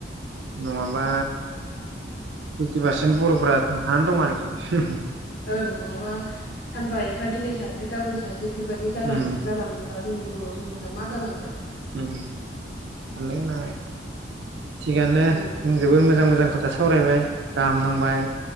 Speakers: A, on the right (about 75°); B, on the left (about 55°).
A: नङाबा फिफ्टि पारसेन्ट बर'फ्रा थांखानानै दं आरोखि हुम हुम
B: ओं नङाबा सानफा एफा दिनै सासे गाबोन सासे बेफोरबायदि जालां
A: उम
B: जालाङोबा जोंनि बर' समाजा मा जालांगोन
A: उय साननो‌गोनां आरो थिगानो
B: ओं
A: जों जोबोर मोजां मोजां खो था सावरायबाय गाहाम नांबाय